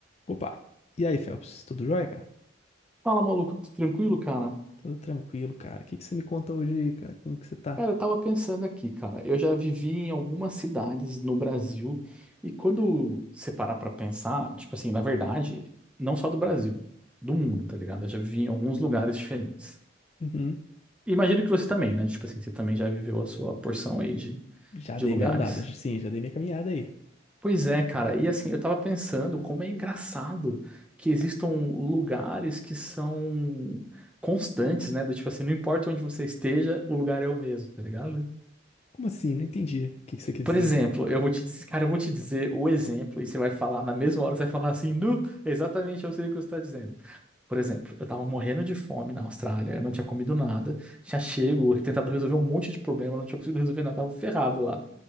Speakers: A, on the left (about 35°); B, in the centre.
A: Opa! E aí, Phelps? Tudo jóia, cara?
B: Fala, maluco, tudo tranquilo, cara?
A: Tudo tranquilo, cara. O que que você me conta hoje aí, cara? Como que você tá?
B: Cara, eu tava pensando aqui, cara. Eu já vivi em algumas cidades no Brasil e quando você parar pra pensar, tipo assim, na verdade, não só do Brasil, do mundo, tá ligado? Eu já vivi em alguns lugares diferentes.
A: Uhum.
B: E Imagino que você também, né? Tipo assim, você também já viveu a sua porção aí de,
A: Já
B: de
A: dei
B: lugares.
A: minha andada, sim, já dei minha caminhada aí.
B: Pois é, cara. E assim, eu tava pensando como é engraçado que existam lugares que são constantes, né? Do tipo assim, não importa onde você esteja, o lugar é o mesmo, tá ligado?
A: Como assim? Não entendi. O que que você quis
B: Por
A: dizer?
B: exemplo, eu vou te dizer, cara, eu vou te dizer o exemplo e você vai falar, na mesma hora você vai falar assim, nu, exatamente eu sei o que você está dizendo. Por exemplo, eu tava morrendo de fome na Austrália, eu não tinha comido nada, tinha chego, tentado resolver um monte de problema, não tinha conseguido resolver nada, tava ferrado lá.